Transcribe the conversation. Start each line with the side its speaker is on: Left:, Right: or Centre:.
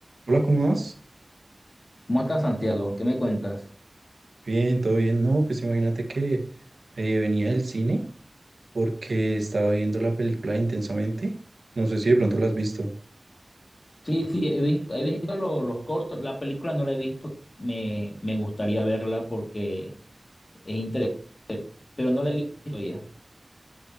Right: Hola, ¿cómo vas?
Left: ¿Cómo estás, Santiago? ¿Qué me cuentas?
Right: Bien, todo bien. No, pues imagínate que eh, venía del cine porque estaba viendo la película Intensamente. No sé si de pronto la has visto.
Left: Sí, sí, he visto, he visto lo- los cortos. La película no la he visto. Me, me gustaría verla porque es interesante, pero no la he visto todavía.